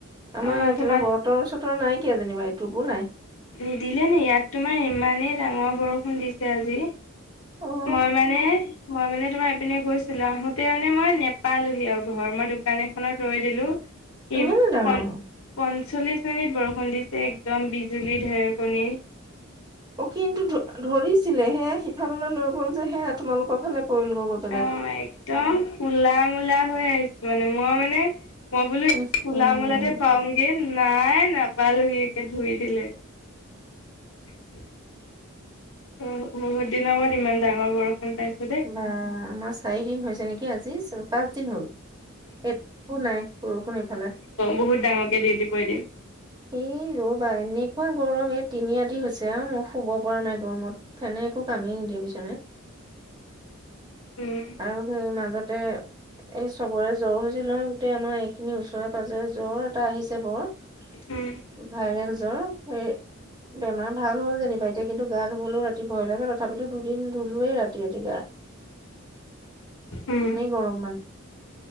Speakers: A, on the right; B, on the left.
A: আমাৰ
B: অ
A: এইফালে
B: তোমাক
A: বৰত বতৰ চতৰ নাই কিয়া যেনিবা এটোপো নাই।
B: নিদিলে নে ইয়াত তোমাৰ ইমানেই ডাঙৰ বৰষুণ দিছে আজি।
A: অ'
B: মই মানে মই মানে তোমাৰ ইপিনে গৈছিলো আহোতে মানে মই নেপালোহি আৰু ঘৰ মই দোকান এখনত ৰৈ দিলো ই
A: ইমানে ডাঙৰ
B: প পঞ্চল্লিছ মিনিট বৰষুণ দিছে একদম বিজুলী ঢেৰকণী
A: অ কিন্তু ধ ধৰিছিলে সেয়া সিফাললৈ লৈ গ'ল যে সেয়া তোমালোকৰ ফালে পৰিল গৈ গৈ
B: অ একদম কলা মূলা হৈ আহিছিল মানে মই মানে মই বোলো
A: উম
B: কোলা
A: উম
B: মলাতে পাওঁগে নাই নাপালোহি একে ধুই দিলে অ বহুত দিনৰ মূৰত ইমান ডাঙৰ বৰষুণ পাইছো দেই
A: বা আমাৰ চাৰিদিন হৈছে নেকি আজি পাঁচ দিন হ'ল এই নাই বৰষুণ এইফালে
B: বহুতাঙৰকে ডিউটি কৰি দিম
A: এই ৰবা এনেকুৱা গৰম এই তিনিআতি হৈছে আৰু মই শুব পৰা নাই গৰমত খনে একো কামেই নিদিয়ে বিছনাট
B: উম
A: আৰু সেই মাজতে এই চবৰে জ্বৰ হৈছিল নহয় গোটেই আমাৰ এই খিনি ওচৰে পাজজৰে জ্বৰ এটা আহিছে বৰত
B: উম
A: ভাইৰেলৰ হে বেমাৰ ভাল হ'ল যেনিবা এতিয়া কিন্তু গ ধুবলৈও ৰাতি ভয় লাগে তথাপিতো দুদিন ধুলোৱয়েই ৰাতি ৰাতি গাহ
B: উম
A: গৰম